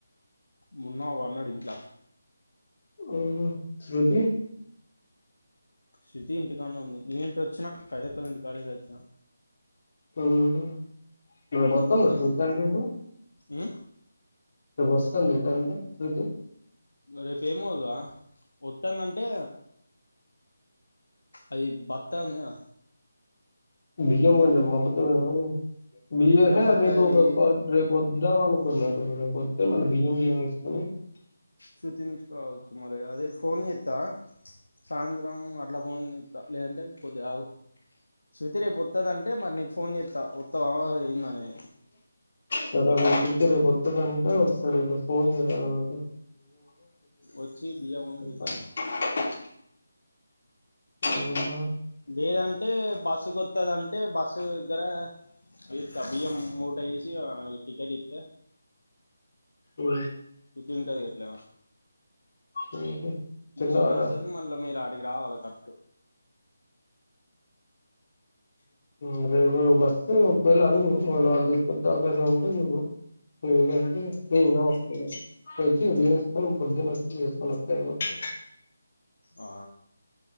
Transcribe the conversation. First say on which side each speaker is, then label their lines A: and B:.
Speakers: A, on the left; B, on the left.
A: మున్న వన్నడు ఇంట్ల
B: ఓహో శృతి
A: శృతి ఇంటికాన్న ఉంది నేను ఇంటి వచ్చినా కైదక్కల ఇంటికాడి వచ్చిన
B: ఉహు మాట్లాడుతుందా
A: ఏం చేత్తన్నావ్
B: శృతి అంతోటి
A: ఉమ్
B: ఇ వస్తుంది ఇటంటే శృతి
A: రేపు ఏమో ఇగ వస్తుందంటే అది బత్త ఉన్నాది గా
B: బియ్యం కొంచెం పంపుతావా బియ్య
A: బియ్యం బత్తాయి
B: రేపు రేపు ద వా వద్దామని న్నటురకపోతే మన బియ్యం గియం ఏసుకొని
A: శుృతి తీసుకురావచ్చు మరి అదే ఫోన్ చెత్తా సాయంత్రం అట్లా ఫోన్ చేత్త లేదంటే కొద్ది ఆగు వత్తే రేపు వత్తడంటే మరి నీకు ఫోన్ చేత్త వత్తావ అయిందనే
B: <unintelligible> రేపు వత్తదంటే సరే ఫోను చేయాలి
A: వచ్చి బియ్యం ఉన్ను శృతిని
B: <unintelligible>
A: తీసుకుపో
B: <unintelligible>
A: మరి
B: ఉ
A: లేదంటే బస్సు కొత్తదంటే బస్సు దగ్గర అది త బియ్యము మూట ఏసి అ టికెట్ ఇత్తే
B: ఉ
A: ఉంటాది గిట్ల
B: ఊహూ
A: తీసుకొని
B: తిన్నావా రా
A: వస్తుంది మళ్ళీ మీరు అడికి రావాలి క
B: ఉ రేపు బస్సు ఒకవేళ అడుగు వాళ్ళు వాళ్ళు తీసుకొచ్చే అవకాశం ఉంటే చూడు లేదంటే నేనే వస్త ఇగా పైకి నేను ఎత్తుకోలేను పొద్దున వచ్చి ఎత్తుకొనెత్తే అయిపోతది
A: ఆ